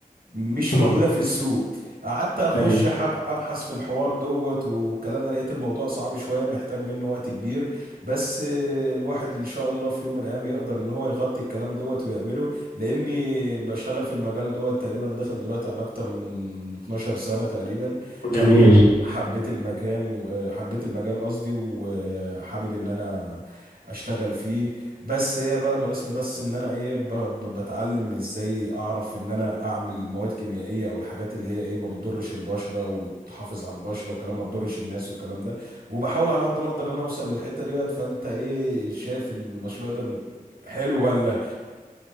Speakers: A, on the right; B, on the left.
A: مش
B: مم.
A: موجودة في السوق قعدت اخش
B: ايوه
A: حب- ابحث في الحوار دوت والكلام ده لقيت الموضوع صعب شوية محتاج منه وقت كبير بس آه، الواحد ان شاء الله في يوم من الايام يقدر ان هو يغطي الكلام دوت ويعمله لاني بشتغل في المجال دوت تقريبا داخل دلوقتي على اكتر من 12 سنة تقريبا حبيت
B: جميل
A: حبيت المكان وحبيت المجال قصدي وحابب ان انا اشتغل فيه بس هي بقى ناقصني بس ان انا ايه ب- ب- بتعلم ازاي اعرف ان انا اعمل مواد كيميائيه او الحاجات اللي هي ايه ما بتضرش البشره وتحافظ على البشره وكلام ما تضرش الناس والكلام ده وبحاول على قد ما اقدر ان انا اوصل للحته ديت فانت ايه شايف ان المشروع ده من- حلو ولا